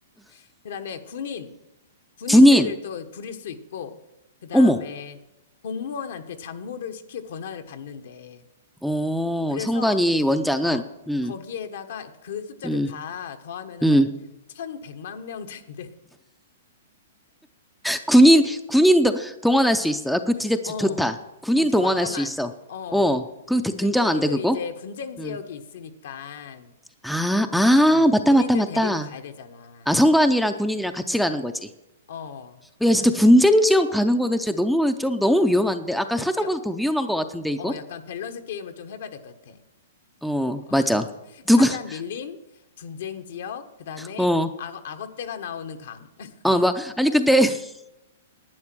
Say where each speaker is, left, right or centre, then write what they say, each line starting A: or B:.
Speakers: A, on the left; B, in the centre.
A: <laughs> 그다음에 군인, 군인들을
B: 군인,
A: 또 부릴 수 있고, 그다음에
B: 어머,
A: 공무원한테 잡무를 시킬 권한을 받는데,
B: 어,
A: 그래서,
B: 선관위 원장은,
A: 어,
B: 응,
A: 거기에다가 그 숫자를
B: 응,
A: 다 더하면 한
B: 응.
A: 1100만 명 된대.
B: 군인, 군인도 동원할 수 있어. 아, 그거
A: <laughs>
B: 진짜 좋-
A: 어,
B: 좋다. 군인
A: 엄청
B: 동원할
A: 막강한,
B: 수 있어.
A: 어.
B: 어, 그거 되게
A: 근데
B: 굉장한데,
A: 거기도
B: 그거?
A: 이제 분쟁 지역이
B: 음.
A: 있으니까,
B: 아, 아,
A: 어,
B: 맞다,
A: 군인들
B: 맞다, 맞다.
A: 데리고 가야 되잖아.
B: 아, 선관이랑 군인이랑 같이 가는 거지.
A: 어,
B: 어, 야,
A: 자,
B: 진짜 분쟁
A: 너,
B: 지역 가는 거는 진짜 너무, 좀 너무 위험한데? 아까 사정보다
A: 근데
B: 더 위험한 것 같은데, 이거?
A: 어, 약간 밸런스 게임을 좀 해봐야 될 것 같아.
B: 어,
A: 어, <laughs>
B: 맞아.
A: 사자
B: 누가, <laughs>
A: 밀림, 분쟁 지역, 그 다음에
B: 어,
A: 악어, 악어떼가 나오는 강. <laughs>
B: 어, 막, 아니, 근데 <laughs>